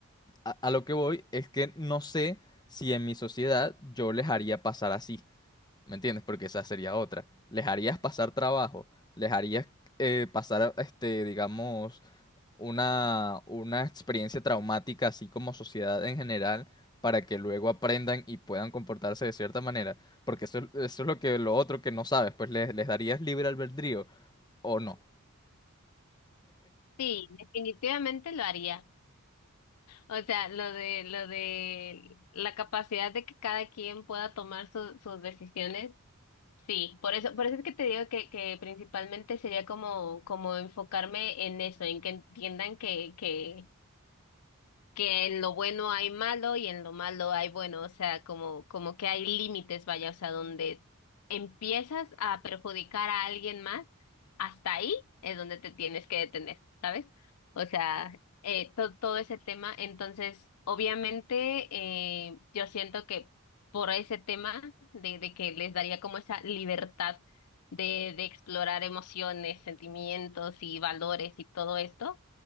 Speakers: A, on the left; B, on the left.
A: a, a lo que voy es que no sé si en mi sociedad yo les haría pasar así, ¿me entiendes? Porque esa sería otra. Les harías pasar trabajo, les harías eh, pasar, este, digamos, una, una experiencia traumática, así como sociedad en general, para que luego aprendan y puedan comportarse de cierta manera. Porque eso, es- eso es lo que lo otro que no sabes, pues les, les darías libre albedrío o no.
B: Sí, definitivamente lo haría. O sea, lo de, lo de la capacidad de que cada quien pueda tomar su- sus decisiones, sí. Por eso, por eso es que te digo que, que principalmente sería como, como enfocarme en eso, en que entiendan que, que que en lo bueno hay malo y en lo malo hay bueno, o sea, como, como que hay límites, vaya, o sea, donde empiezas a perjudicar a alguien más, hasta ahí es donde te tienes que detener, ¿sabes? O sea, eh, to- todo ese tema, entonces, obviamente, eh, yo siento que por ese tema de, de que les daría como esa libertad de, de explorar emociones, sentimientos y valores y todo esto